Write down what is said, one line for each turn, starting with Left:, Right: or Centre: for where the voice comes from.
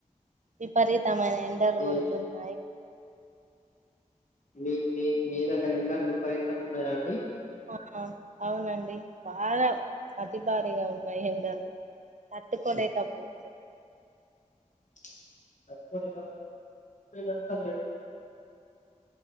Right: విపరీతమైన ఎండలు గొడుతున్నాయి
Left: ఏ మీ మీ మీ దగ్గర ఎండ విపరీతంగా ఉన్నదా అండి
Right: ఆ అవునండి బాగా అతి భారీగా ఉన్నాయి ఎండలు తట్టుకోలేక పోతున్న
Left: <inaudible> <unintelligible> నీడ ఉంటదా